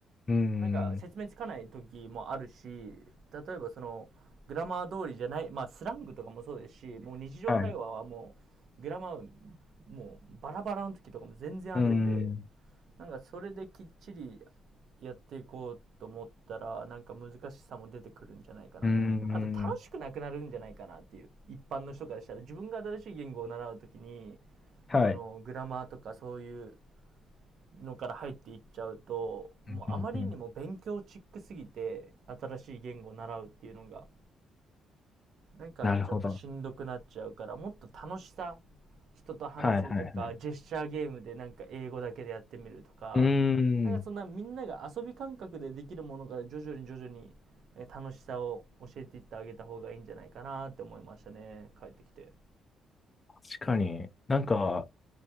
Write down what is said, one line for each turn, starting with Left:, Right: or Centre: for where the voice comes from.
Left: うーん。
Right: なんか説明つかない時もあるし、例えばその、グラマー通りじゃない、まあスラングとかもそうですし、もう日常会話はもう、
Left: はい。う
Right: グラマー、もうバラバラの時とかも全然あるんで、
Left: ーん。
Right: なんかそれできっちりやっていこうと思ったら、なんか難しさも出てくるんじゃないかなと。
Left: うーん。
Right: あと楽しくなくなるんじゃないかなっていう。一般の人からしたら、自分が新しい言語を習うときに、
Left: はい。
Right: そのグラマーとかそういうのから入っていっちゃうと、もうあまりにも勉強チックすぎて、
Left: うんうんうん
Right: 新しい言語を習うっていうのが、なんかちょっとしんどくなっちゃうから、
Left: なるほど。
Right: もっと楽しさ、人と話すとか、
Left: はいはいはい。
Right: ジェスチャーゲームでなんか英語だけでやってみるとか、
Left: うーん。
Right: なんかそんなみんなが遊び感覚でできるものから徐々に徐々にえー楽しさを教えていってあげた方がいいんじゃないかなって思いましたね、帰ってきて。
Left: 確かに。なんか、